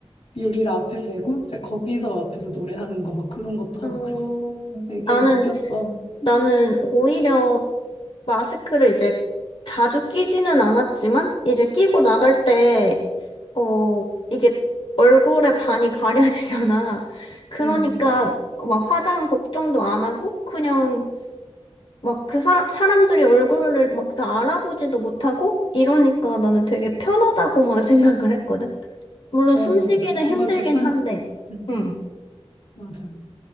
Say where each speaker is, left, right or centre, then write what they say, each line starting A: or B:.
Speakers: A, on the left; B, on the left.
A: 유리를 앞에 대고 이제 거기서 앞에서 노래하는 거 막 그런 것도
B: <laughs>
A: 하고
B: 어,
A: 그랬었어. 되게
B: 나는
A: 웃겼어.
B: 나는 오히려 마스크를 이제 자주 끼지는 않았지만, 이제 끼고 나갈 때, 어, 이게 얼굴에 반이 가려지잖아. 그러니까
A: 응,
B: 막 화장 걱정도 안 하고, 그냥 막 그 사람, 사람들이 얼굴을 막 다 알아보지도 못하고, 이러니까 나는 되게 편하다고만 <laughs> 생각을 했거든. 물론
A: 맞아,
B: 숨쉬기는
A: 맞아. 그건
B: 힘들긴
A: 좀 편했어.
B: 한데,
A: 응,
B: 응.
A: 맞아.